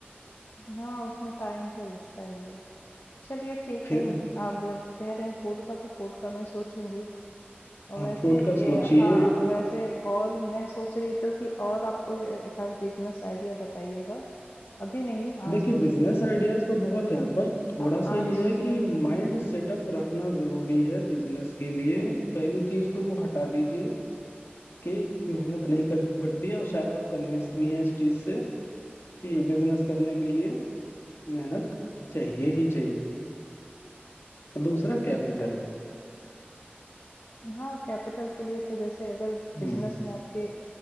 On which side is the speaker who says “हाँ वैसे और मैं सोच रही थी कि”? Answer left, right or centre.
Left